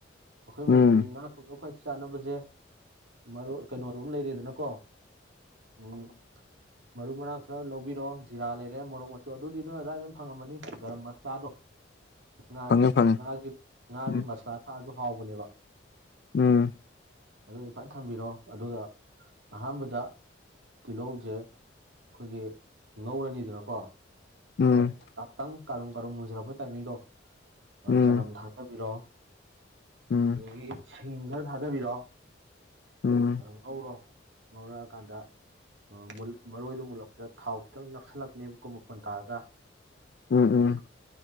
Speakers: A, on the right; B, on the left.
A: ꯑꯩꯈꯣꯏ
B: ꯎꯝ
A: ꯃꯅꯤꯄꯨꯔꯒꯤ ꯉꯥ ꯊꯣꯛꯕ ꯈ꯭ꯋꯥꯏ ꯆꯥꯅꯕꯁꯦ ꯃꯔꯣꯏ ꯀꯩꯅꯣꯗꯣꯃ ꯂꯩꯔꯦꯗꯅꯀꯣ ꯎꯝ ꯃꯔꯨ ꯃꯔꯥꯡ ꯈꯔ ꯂꯧꯕꯤꯔꯣ ꯖꯤꯔꯥ ꯂꯩꯔꯦ ꯃꯣꯔꯣꯛ ꯃꯆꯨ ꯑꯗꯨꯗꯤ ꯅꯣꯏ ꯑꯗꯥꯏꯗ ꯑꯗꯨꯝ ꯐꯪꯉꯝꯃꯅꯤ ꯒꯔꯝ ꯃꯁꯂꯥꯗꯣ <inaudible> ꯉꯥꯒꯤ
B: ꯐꯪꯉꯦ ꯐꯪꯉꯦ
A: ꯉꯥꯒꯤ ꯉꯥꯒꯤ
B: ꯎꯝ
A: ꯃꯁꯂꯥ ꯊꯥꯛꯑꯁꯨ ꯍꯥꯎꯕꯅꯦꯕ꯫
B: ꯎꯝ
A: ꯑꯗꯨꯗꯤ ꯐꯅ ꯊꯝꯕꯤꯔꯣ ꯑꯗꯨꯒ ꯑꯍꯥꯟꯕꯗ ꯇꯤꯜꯍꯧꯁꯦ ꯈꯣꯏꯒꯤ ꯉꯧꯔꯅꯤꯗꯅꯀꯣ
B: ꯎꯝ
A: ꯈꯔ ꯇꯥꯇꯪ ꯀꯔꯨꯝ ꯀꯔꯨꯝ ꯃꯨꯖꯔꯛꯄ ꯇꯥꯏꯃꯤꯡꯗꯣ ꯑꯗ
B: ꯎꯝ
A: ꯆꯅꯝ ꯊꯥꯗꯕꯤꯔꫭ꯫
B: ꯎꯝ ꯎꯝ
A: ꯑꯗꯒꯤ ꯁꯤꯡ ꯈꯔ ꯊꯥꯗꯕꯤꯔꯛꯑꯣ꯫
B: ꯎꯝ
A: ꯑ ꯉꯧꯔꯣ ꯉꯧꯔꯛꯑꯀꯥꯟꯗ ꯑ ꯃꯨꯜ ꯃꯔꯣꯏꯗꯣ ꯃꯨꯠꯂꯛꯄꯗ ꯊꯥꯎ ꯈꯤꯇꯪ ꯅꯛꯁꯤꯜꯂꯛꯅꯦꯕ ꯃꯈꫭꯟ ꯀꯥꯔꯒ
B: ꯎꯝ ꯎꯝ
A: ꯑꯗꯨꯒ